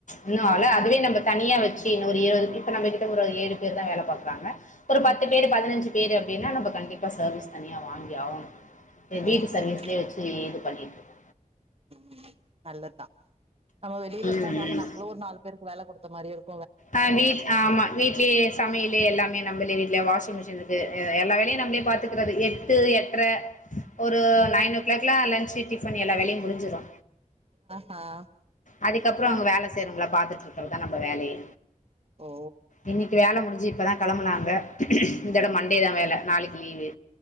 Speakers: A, on the left; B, on the right.
A: இன்னோல அதுவே நம்ப தனியா வெச்சி இன்னொ ஒரு இருபது பே இப்ப நம்ம கிட்ட ஒரு ஏழு பேர் தா வேல பாக்குறாங்க ஒரு பத்து
B: ம்ஹும்
A: பேர் பதினஞ்சு பேர் அப்டீன்னா நம்ம கண்டிப்பா சர்வீஸ் தனியா வாங்கி ஆவணோ இது வீட்டு
B: ஓஹோஹோ
A: சர்வீஸ்லயே வெச்சி இது பண்ணிட்டு இருக்
B: ம் நல்லதா நம்ம வெளில
A: ம்
B: போகாம
A: ம்
B: நம்பளோ ஒரு நாலு பேருக்கு வேல குடுத்த மாரி இருக்
A: ஆ வீட் ஆமா வீட்லயே சமயுலு எல்லாமே நம்பளே வீட்ல வாஷிங் மிஷின் இருக்கு எல்லா வேலையு நம்பளே பாத்துக்கறது எட்டு எட்ர ஒரு
B: ம்ஹும்
A: நைன் ஓ கிளாக்ல லன்ச்சு டிஃபன் எல்லா வேலயு முடிஞ்சிரோ
B: ஆ
A: அதுக்கப்புறோ அவுங்க வேல செய்றவுங்கள பாத்துட்டுருக்றதா நம்ப வேலையே
B: ஓ
A: இன்னிக்கு வேல முடிஞ்சி இப்பதா கெளம்புனாங்க இந்தோட மண்டேதா வேல நாளிக்கு லீவு